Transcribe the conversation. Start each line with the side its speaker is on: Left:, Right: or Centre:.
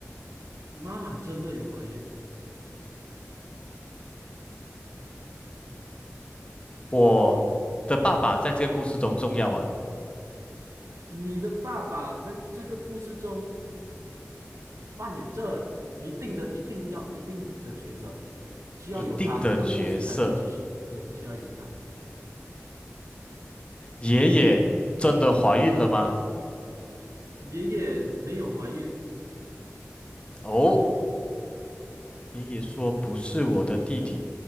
Right: 妈妈真的有怀孕，
Left: 我的爸爸在这个故事中重要吗？
Right: 你的爸爸在这个故事中扮演着一定的、一定要、一定的角色，需要有他，
Left: 一定的角色。
Right: 这个故事才能继续。对，需要有他。
Left: 爷爷真的怀孕了吗？
Right: 爷爷没有怀孕，
Left: 哦，爷爷说不是我的弟弟，